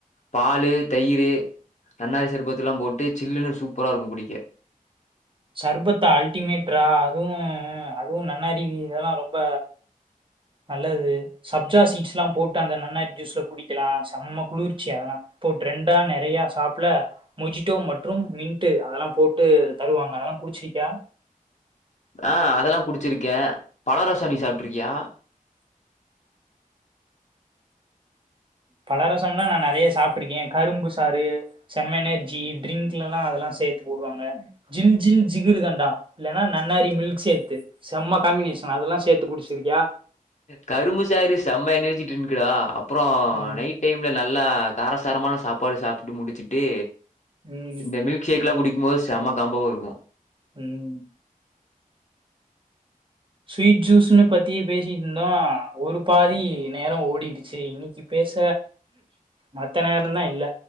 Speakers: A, on the left; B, on the right.
A: பாலு தயிரு நன்னாரி சர்பத்து எல்லா போட்டு சில்லுன்னு சூப்பரா இருக்கு குடிக்க
B: சர்பத்தா அல்டிமேட்ரா அதுவு அதுவு நன்னரி இதெல்லா ரொம்ப நல்லது சப்ஜா சீட்ஸ் எல்லா போட்டு அந்த நன்னாரி ஜூஸ்ல குடிக்கலா செம்ம குளிர்ச்சி அதெல்லா போட்டு ரெண்டா நெறைய சாப்பல மொஜிட்டோ மற்றும் மின்ட்டு அதெல்லா போட்டு தருவாங்க அதெல்லா குடிச்சிருக்கியா
A: ஆஹ் அதெல்லா குடிச்சிருக்கே பழ ரசனி சாப்ட்டுருக்கியா
B: பழரசம்லா நா நெறையா சாப்ட்டுருக்கே கரும்பு சாறு செம்ம எனர்ஜி ட்ரிங்க்ல எல்லா அதெல்லா சேர்த்து போடுவாங்க ஜில் ஜில் ஜிகுறு தண்டா இல்லன்னா நன்னாரி மில்க் சேக்கு செம்ம காம்பினேஷன் அதெல்லா சேர்த்து குடிச்சிருக்கியா
A: கரும்பு சாறு செம்ம எனர்ஜி ட்ரிங்க்குடா அப்புறோ ஆ
B: ம்
A: நைட் டைம்ல நல்லா காரசாரமான சாப்பாடு சாப்பிட்டு முடிச்சுட்டு
B: ம்
A: இந்த மில்க் ஷேக் எல்லா குடி க்கும்போது செம்ம காம்போவா இருக்கு
B: உம் ஸ்வீட் ஜூஸ்ன்னு பத்தி பேசிட்டு இருந்தோ ஒரு பாதி நேர ஓடிடுச்சு இன்னைக்கு பேச மத்த நேரம்தா இல்ல